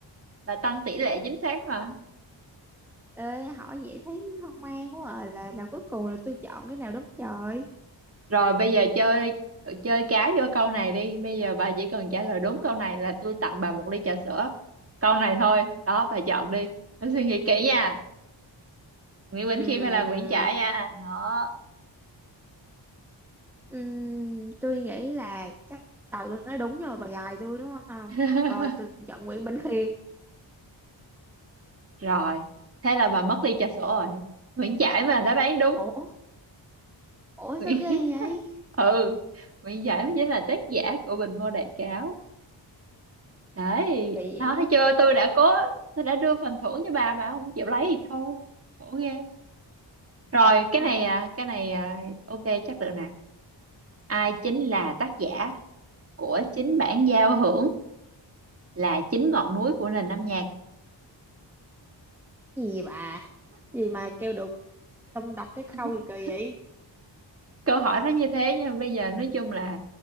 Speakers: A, on the right (about 30°); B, in the centre.
A: bà tăng tỷ lệ chính xác mà.
B: ê hỏi vậy thấy hoang mang quá à là là cuối cùng là tôi chọn cái nào đúng trời
A: Rồi bây giờ chơi chơi cá vô câu này đi. Bây giờ bà chỉ cần trả lời đúng câu này là tôi tặng bà một ly trà sữa. Câu này thôi. Đó, bà chọn đi. Bà suy nghĩ kỹ nha. Nguyễn Bỉnh
B: Ừm,
A: Khiêm hay là Nguyễn Trãi nha. Đó.
B: ừm, tôi nghĩ là chắc đầu tôi nói đúng rồi bà gài tôi đúng không
A: <laughs>
B: rồi tôi chọn Nguyễn Bỉnh Khiêm
A: rồi thế là bà mất ly trà sữa rồi Nguyễn Trãi mà đã bán đúng
B: ủa ủa
A: Nguyễn...
B: sao ghê
A: <laughs>
B: vậy
A: ừ Nguyễn Trãi mới chính là tác giả của Bình Ngô Đại Cáo đấy
B: bị vậy
A: đó thấy chưa tôi đã cố tôi đã đưa phần thưởng cho bà bà không chịu lấy thì thôi khổ ghê rồi cái
B: Ờ,
A: này à cái này à, ok chắc được nè ai chính là tác giả của chính bản giao hưởng là chính ngọn núi của nền âm nhạc
B: gì vậy bà gì mà kêu được xong đọc cái
A: <laughs>
B: câu gì kỳ vậy
A: câu hỏi nó như thế nhưng mà bây giờ nói chung là